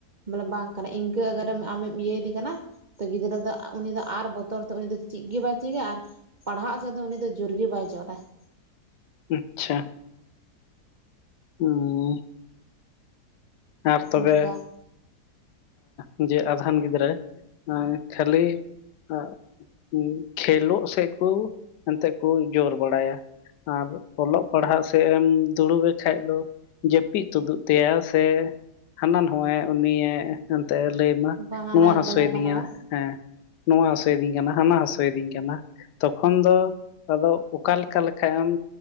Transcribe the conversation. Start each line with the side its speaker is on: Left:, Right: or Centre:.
Right: ᱵᱚᱞᱮ ᱵᱟᱝ ᱠᱟᱱᱟ ᱾ ᱤᱱᱠᱟᱹ ᱟᱜᱟᱨᱮᱢ ᱟᱢᱮᱢ ᱤᱭᱟᱹᱭᱮᱫᱮ ᱠᱟᱱᱟ ᱛᱚ ᱜᱤᱫᱽᱨᱟᱹ ᱫᱚ ᱩᱱᱤ ᱫᱚ ᱟᱨ ᱵᱚᱛᱚᱨ ᱛᱮ ᱩᱱᱤ ᱫᱚ ᱪᱮᱫ ᱜᱮ ᱵᱟᱭ ᱪᱮᱫᱟ ᱟᱨ ᱯᱟᱲᱦᱟᱜ ᱥᱮᱫ ᱫᱚ ᱩᱱᱤ ᱫᱚ ᱡᱳᱨ ᱜᱮ ᱵᱟᱭ ᱡᱚᱨᱟᱭ ᱾
Left: ᱟᱪᱪᱷᱟ ᱾ ᱦᱩᱸᱻ ᱟᱨ ᱛᱚᱵᱮ
Right: ᱚᱱᱠᱟ
Left: ᱮᱸ, ᱡᱮ ᱟᱫᱷᱟᱱ ᱜᱤᱫᱽᱨᱟᱹ ᱮᱸ ᱠᱷᱟᱹᱞᱤ, <unintelligible> ᱠᱷᱮᱞᱳᱚᱜ ᱥᱮᱫ ᱠᱚ ᱮᱱᱛᱮ ᱠᱚ ᱡᱳᱨ ᱵᱟᱲᱟᱭᱟ ᱾ ᱟᱨ ᱚᱞᱚᱜ ᱯᱟᱲᱦᱟᱜ ᱥᱮᱫ ᱮᱢ ᱫᱩᱲᱩᱵᱮ ᱠᱷᱟᱡ ᱫᱚ ᱡᱟᱹᱯᱤᱫ ᱛᱩᱫᱩᱜ ᱛᱟᱭᱟ ᱥᱮ ᱦᱟᱱᱟ ᱱᱟᱣᱟᱭᱟ ᱩᱱᱤᱭᱮ ᱦᱟᱱᱛᱮ ᱞᱟᱹᱭ ᱟᱢᱟ
Right: ᱵᱟᱦᱟᱱᱟ
Left: ᱱᱚᱣᱟ ᱦᱟᱥᱩᱭᱤᱫᱤᱧᱟ
Right: ᱵᱟᱞᱮ ᱵᱮᱱᱟᱣᱟ
Left: ᱦᱮᱸ, ᱱᱚᱣᱟ ᱦᱟᱥᱩᱭᱤᱫᱤᱧ ᱠᱟᱱᱟ ᱦᱟᱱᱟ ᱦᱟᱥᱩᱭᱤᱫᱤᱧ ᱠᱟᱱᱟ ᱾ ᱛᱚᱠᱷᱚᱱ ᱫᱚᱼᱼ ᱟᱫᱚ ᱚᱠᱟᱞᱮᱠᱟ ᱞᱮᱠᱷᱟᱡ ᱮᱢ,